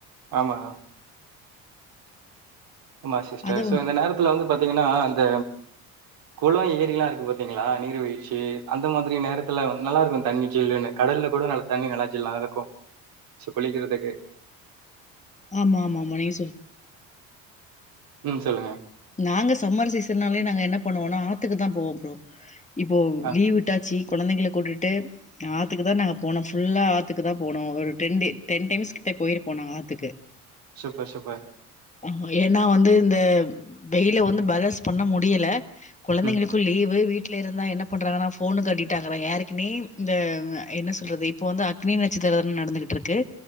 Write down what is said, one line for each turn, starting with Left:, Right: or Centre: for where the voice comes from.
Right: ஆமா ஆமா சிஸ்டர்
Left: அத வ-
Right: சோ அந்த நேரத்துல வந்து பாத்தீங்கன்னா அந்த குளோ ஏரிலா இருக்கு பாத்தீங்களா நீர்வீழ்ச்சி அந்த மாதிரி நேரத்துல நல்லா இருக்கு தண்ணி ஜில்லுன்னு கடல்ல கூட நல்ல தண்ணீ நல்லா ஜில்லா இருக்கு சோ குளிக்கறதுக்கு
Left: ஆமா ஆமா ஆமா நீங்க சொல்
Right: ம் சொல்லுங்க
Left: நாங்க சம்மர் சீசன்னாலே நாங்க என்ன பண்ணுவோன்னா ஆத்துக்கு தா போவோ ப்ரோ இப்போ
Right: ஆ
Left: லீவ் விட்டாச்சி கொழந்தைங்கள கூட்டிட்டு ஆத்துக்கு தா நாங்க போனோ ஃபுல்லா ஆத்துக்கு தா போனோ ஒரு டென் டே டென் டைம்ஸ்கிட்ட போயிருப்போ நாங்க ஆத்துக்கு
Right: சூப்பர் சூப்பர்
Left: ஆ ஏன்னா வந்து இந்த வெயில வந்து பேலஸ் பண்ண முடியல கொழந்தைங்களுக்கு
Right: ம்
Left: லீவு வீட்டுல இருந்தா என்னப் பண்ணுறாங்க நா ஃபோனுக்கு அடிக்ட்டாகுற யாருக்குனே இந்த என்ன சொல்றது இப்போ வந்து அக்னி நட்சத்திரோ வேற நடந்துகிட்டுருக் க்கு